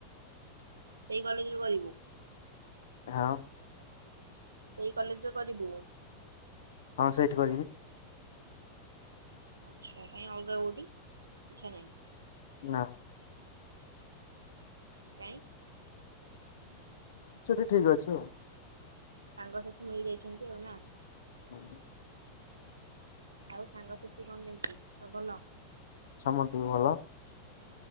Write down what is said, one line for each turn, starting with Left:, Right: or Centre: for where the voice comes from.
Right: ସେଇ କଲେଜରେ କରିବୁ।
Left: ହଁ।
Right: ସେଇ କଲେଜରୁ କରିବୁ।
Left: ହଁ ସେଇଠି କରିବି।
Right: ଆଚ୍ଛା କାଇଁ ଅଲଗା କୋଉଠି ଇଚ୍ଛା ନାହିଁ।
Left: ନା।
Right: କାଇଁ
Left: <inaudible> ଠିକ୍ ଅଛି ଆଉ।
Right: ସାଙ୍ଗ ସାଥି ମିଳିଯାଇଛନ୍ତି ଆଉ ନା।
Left: <inaudible>
Right: ଆଉ ସାଙ୍ଗସାଥି କଣ କେମିତି ସବ୍ ଭଲ
Left: ସମନ୍ତେ ଭଲ।